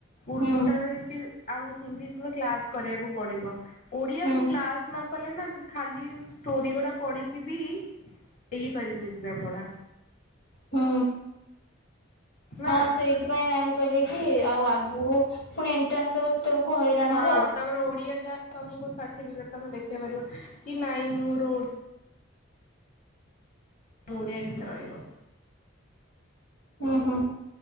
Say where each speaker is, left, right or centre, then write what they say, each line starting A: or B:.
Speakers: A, on the left; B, on the left.
A: ଉର୍ଦ୍ଦୁ
B: ହୁଁ
A: ଟା କି ଆଉ ହିନ୍ଦୀ ତେ କ୍ଲାସ କରିବାକୁ ପଡିବ। ଓଡିଆ
B: ହୁଁ
A: ତୁ କ୍ଲାସ ନ କଲେ ନା ଖାଲି ଷ୍ଟୋରି ଗୁଡା ପଢିକି ବି ଦେଇପାରିବୁ ଏକ୍ଜାମ ଗୁଡା।
B: ହୁଁ
A: ନା
B: ହଁ ସେଇଥିପାଇଁ ମ୍ୟାମ କହିଲେ କି ଆଉ ଆଗୁକୁ ପୁଣି ଏଣ୍ଟ୍ରାନ୍ସ ଦବ ସେତେବେଳକୁ ହଇରାଣ
A: ହଁ
B: ହବ।
A: ତମର ଓଡିଆ ଯାହା ତମକୁ ଷାଠି ବିକେଟ ତମେ ଦେଖେଇ ପାରିବ କି ନାଇଁ ମୋରୋ ଓ ଡ଼ିଆ ଏକଜରଇବ।
B: ହୁଁ ହୁଁ।